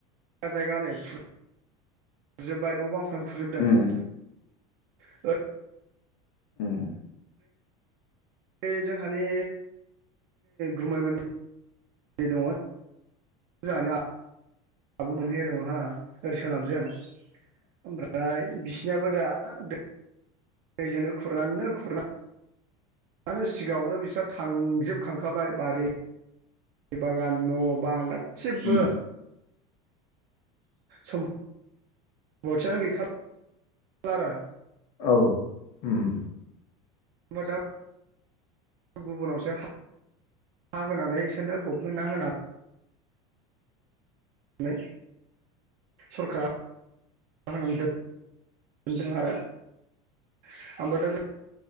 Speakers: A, on the right; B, on the left.
A: जाजायगानो खुर खुजोबबाय न' बांफ्रां खुरजोबदों
B: उम
A: ओ
B: उम
A: बे जोंहानि गुमैमोनि दंङ जोंंहानि आब आब' मोनहैनाय दंङ हो ओरै सोनाबजों ओमफ्राय बिसिनयाबो दा दै दैजोंनो खुरनानैनो खुरना आनो सिगाङावनो बिस्रा थांजोबखांखाबाय बारि दै बागान न' बां गाससिबो
B: उम
A: सम बथियानो गैखा लारा
B: औ ओम
A: होमबादाब गुबुनावसो हा हा होनानै इसोरनो गभमेन्टआ होना नै सरकारा होननानै दोन मोनदों आरो ओमफ्राय दा जों